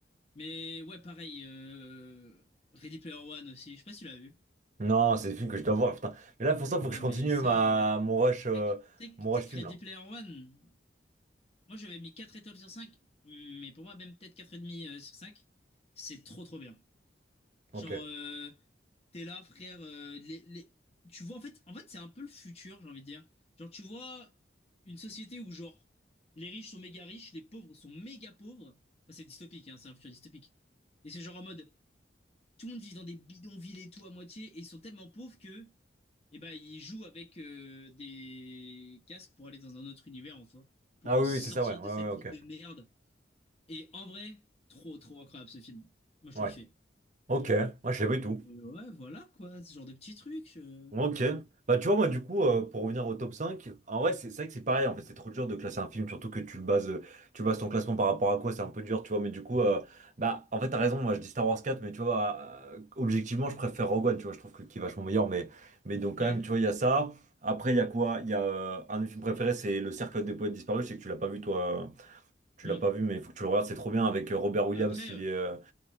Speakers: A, on the left; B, on the right.
A: Mais ouais, pareil, euh, Ready Player One aussi. Je sais pas si tu l'as vu.
B: Non, c'est des films que je dois voir, putain. Mais là, pour ça, faut
A: Ah,
B: que je continue
A: mais ça.
B: ma...
A: euh,
B: mon rush, euh,
A: Tu sais que- tu sais
B: mon
A: que- tu
B: rush
A: sais que
B: film,
A: Ready
B: là.
A: Player One, moi j'avais mis 4 étoiles sur 5 mais pour moi, même peut-être 4,5 euh, sur 5 c'est trop trop bien. Genre,
B: Ok.
A: euh, t'es là, frère. euh, les, les- Tu vois, en fait, en fait, c'est un peu le futur, j'ai envie de dire. Genre, tu vois une société où, genre, les riches sont méga riches, les pauvres sont méga pauvres. Enfin, c'est dystopique, hein, c'est un futur dystopique. Et c'est genre en mode, tout le monde vit dans des bidonvilles et tout à moitié, et ils sont tellement pauvres que, eh ben, ils jouent avec euh, des casques pour aller dans un autre univers en soi, pour
B: Ah oui,
A: euh, sortir
B: oui, c'est ça, ouais. Ouais,
A: de
B: ouais,
A: cette
B: ok.
A: vie de merde. Et en vrai, trop, trop incroyable ce film. Moi, je
B: Ouais.
A: trouve qu'il fait.
B: Ok. Moi, je sais pas du tout.
A: Et ouais, voilà quoi, ce genre de petits trucs. euh.
B: Ok. Bah, tu vois, moi, du coup, euh, pour revenir au top 5. en vrai, c'est c'est vrai que c'est pareil. En fait, c'est trop dur de classer un film, surtout que tu le bases, euh, tu bases ton classement par rapport à quoi, c'est un peu dur, tu vois. Mais du coup, euh, bah, en fait, t'as raison. Moi, je dis Star Wars quatre mais tu vois, euh, objectivement, je préfère Rogue One, tu vois. Je trouve que qui est vachement meilleur, mais, mais donc, quand
A: Ouais.
B: même, tu vois, il y a ça. Après, il y a quoi? Il y a euh, un de mes films préférés, c'est Le Cercle des poètes disparus. Je sais que tu l'as pas vu, toi. euh, Tu
A: Mm.
B: l'as pas vu, mais il faut que tu le regardes. C'est trop bien avec euh, Robert Williams,
A: Bah après,
B: il
A: euh,
B: est. euh,